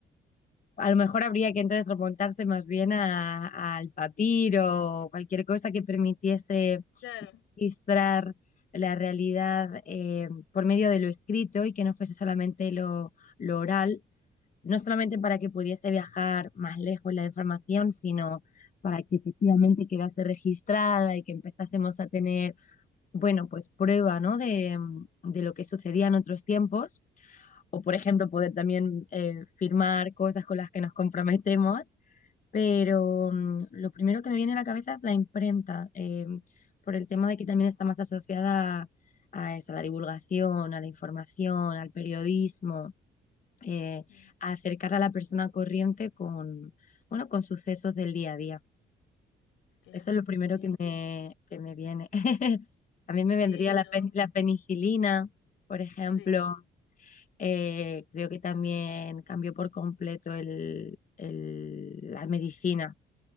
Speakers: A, on the left; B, on the left.
A: A lo mejor habría que entonces remontarse más bien a- al papiro o cualquier cosa que permitiese
B: Claro.
A: registrar la realidad eh, por medio de lo escrito y que no fuese solamente lo, lo oral, no solamente para que pudiese viajar más lejos la información, sino para que efectivamente quedase registrada y que empezásemos a tener, bueno, pues prueba, ¿no? De, mm, de lo que sucedía en otros tiempos, o por
B: mm,
A: ejemplo poder también eh, firmar cosas con las que nos comprometemos pero mm, lo primero que me viene a la cabeza es la imprenta, eh, por el tema de que también está más asociada a, eso, a la divulgación, a la información, al periodismo, eh,
B: mm,
A: a acercar a la persona corriente con, bueno, con sucesos del día a día.
B: claro,
A: Eso es lo primero
B: sí,
A: que me, que me viene. <laughs> a mí
B: sí,
A: me vendría la,
B: no,
A: pen- la penicilina, por ejemplo.
B: sí,
A: Eh, creo que también cambió por completo el, el- la medicina